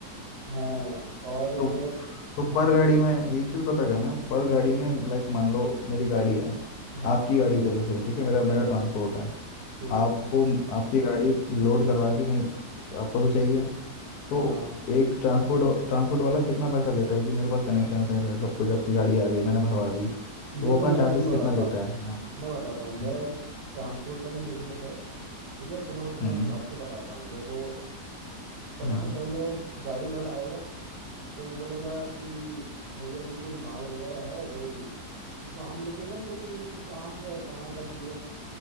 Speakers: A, on the right; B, on the left.
A: हैं और
B: तो तो
A: हाँ
B: पर
A: हाँ
B: गाड़ी
A: बोलो
B: में एक चीज पता करना है पर गाड़ी में लाइक मान लो मेरी गाड़ी है
A: हाँ
B: आपकी
A: हाँ
B: गाड़ी चलो चलो ठीक है मेरा मेरा
A: चलो
B: ट्रांसपोर्ट है
A: ठीक
B: आपको
A: है
B: आपकी गाड़ी लोड करवा के कहीं आपको तो चाहिए तो
A: हाँ
B: एक ट्रांसपोर्ट ट्रांसपोर्ट वाला कितना पैसा लेता है कि मेरे पास कनेक्शन है सर सब कुछ आपकी गाड़ी आ गई मैंने भरवा दी तो
A: देखो
B: वो अपना
A: मेरा
B: चार्जेस
A: मैं
B: कितना
A: बताता
B: लेता
A: हूँ
B: है यहाँ पे?
A: मैं बताता हूँ मेरा
B: हम्म
A: एक ट्रांसपोर्ट का भी बिजनेस है ठीक है तो मैं तुम्हें
B: हम्म,
A: हिसाब से बताता हूँ देखो सबसे
B: हाँ
A: पहले गाड़ी वाला आएगा तो वो बोलेगा कि भैया जी कोई माल वगैरह है कोई वो हम लोकेशन पूछेंगे कि कहाँ से है, कहाँ का चाहिए